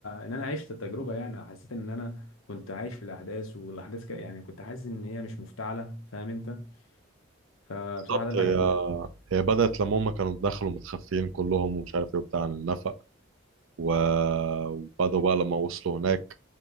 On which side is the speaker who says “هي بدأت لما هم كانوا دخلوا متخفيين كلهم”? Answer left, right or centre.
Right